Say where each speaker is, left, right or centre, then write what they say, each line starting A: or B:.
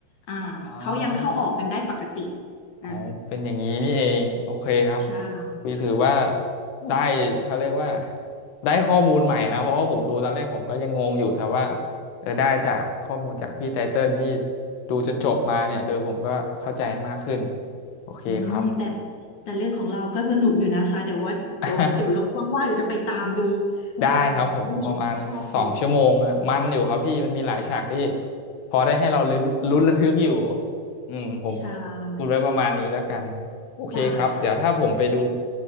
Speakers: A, on the left (about 55°); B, on the left (about 75°).
A: อ่าเขายังเข้าออกกันได้ปกติ
B: อ๋ออ๋อเป็นอย่างนี้นี่เอง
A: อ่า
B: โอเคครับ
A: ใช่
B: คุยถือว่า
A: ค่ะ
B: ได้เขาเรียกว่าได้ข้อมูลใหม่นะ เพราะว่าผมดูตอนแรกผมก็ยังงงอยู่แต่ว่าเออได้จากข้อมูลจากพี่ไตเติ้ลที่ดูจนจบมาเนี่ยเออผมก็เข้าใจมากขึ้น โอเคครับ
A: อืมแต่แต่เรื่องของเราก็สนุกอยู่นะคะเดี๋ยวว่าเดี๋ยวเดี๋ยวลองว่างๆเดี๋ยวจะไปตามดู
B: <laughs> ได้ครับผมประมาณสองชั่วโมงอะมันอยู่ครับพี่มันมีหลายฉากที่
A: เออเป็นหนังที่ชอบอยู่
B: พอได้ให้เราลุ้นลุ้นระทึกอยู่อืมผม
A: ใช่
B: พูดไว้ประมาณนี้แล้วกันโอเคครับเดี๋ยวถ้าผมไปดู
A: ได้ค่ะ